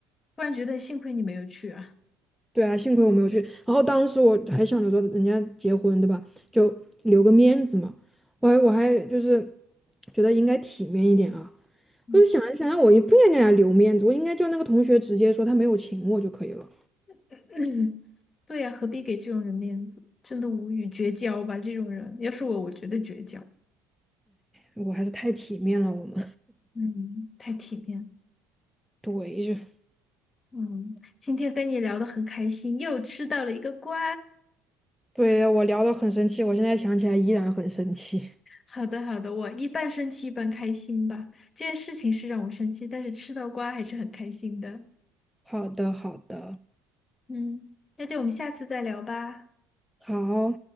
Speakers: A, on the left; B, in the centre.
A: 突然觉得幸亏你没有去啊。
B: 对啊，幸亏我没有去。然后当时我还想着说，人家结婚对吧，就留个面子嘛。我还我还就是觉得应该体面一点啊。
A: 嗯，
B: 我就想一想，我也不应该给他留面子，我应该叫那个同学直接说他没有请我就可以了。
A: <laughs> <clears throat> 对呀、何必给这种人面子？真的无语，绝交吧，这种人，要是我，我绝对绝交。
B: 我还是太体面了，我们。
A: 嗯，太体面了。
B: <laughs> 一句，就
A: 嗯，今天跟你聊的很开心，又吃到了一个瓜。
B: 对我聊的很生气，我现在想起来依然很生气。
A: 好的，好的，我一半生气一半开心吧。这件事情是让我生气，但是吃到瓜还是很开心的。
B: 好的，好的，
A: 嗯，那就我们下次再聊吧。
B: 好。